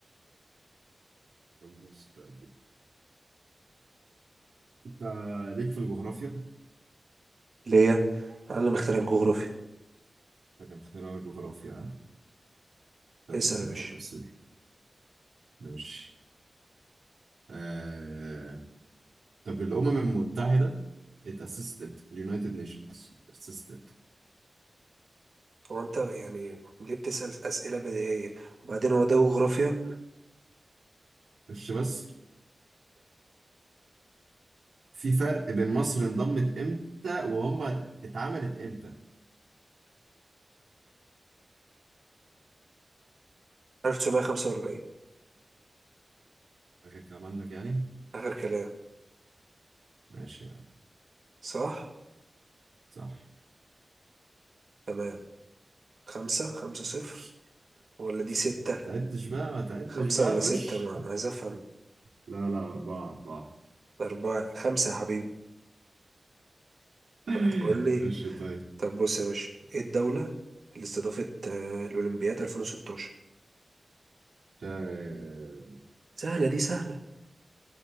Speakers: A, on the right; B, on the right.
A: طب بص طيب دي أنت ليك في الجغرافيا؟
B: ليه انا اللي مخترع الجغرافيا
A: أنا مختار لك جغرافيا ها؟ طب
B: اسأل
A: استنى،
B: يا باشا
A: طب بص دي ماشي آه... طب الأمم المتحدة اتأسست امتى؟ اليونايتد نيشنز اتأسست امتى؟
B: هو انت يعني ليه بتسأل أسئلة بديهية وبعدين هو ده جغرافيا
A: مش بس في فرق بين مصر انضمت امتى وهم اتعملت امتى؟
B: 1945
A: آخر كلام عندك يعني؟
B: آخر كلام
A: ماشي يعني
B: صح
A: صح
B: تمام خمسة خمسة صفر
A: مش
B: ولا دي
A: مش
B: ستة
A: يعني ما تعدش بقى ما تعدش
B: خمسة
A: بقى
B: ولا
A: خش
B: ستة ما أنا عايز أفهم
A: لا لا أربعة أربعة
B: أربعة خمسة يا حبيبي
A: <laughs>
B: هتقول لي
A: خش طيب
B: طب بص يا باشا إيه الدولة اللي استضافت آه، الأولمبياد 2016
A: آه...
B: سهلة دي سهلة